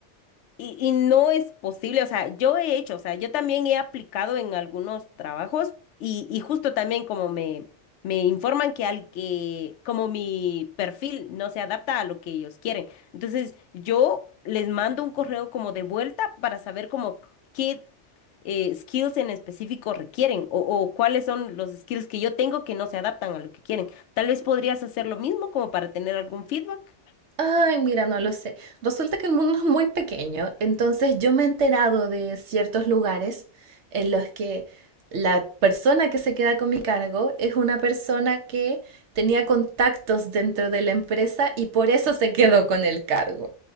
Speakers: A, on the left; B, on the right.
A: Y, y no es posible, o sea, yo he hecho, o sea, yo también he aplicado en algunos trabajos y, y justo también como me, me informan que al que, como mi perfil no se adapta a lo que ellos quieren. Entonces, yo les mando un correo como de vuelta para saber como qué eh, skills en específico requieren o, o cuáles son los skills que yo tengo que no se adaptan a lo que quieren. Tal vez podrías hacer lo mismo como para tener algún feedback.
B: Ay, mira, no lo sé. Resulta que el mundo es muy pequeño, entonces yo me he enterado de ciertos lugares en los que la persona que se queda con mi cargo es una persona que tenía contactos dentro de la empresa y por eso se quedó con el cargo.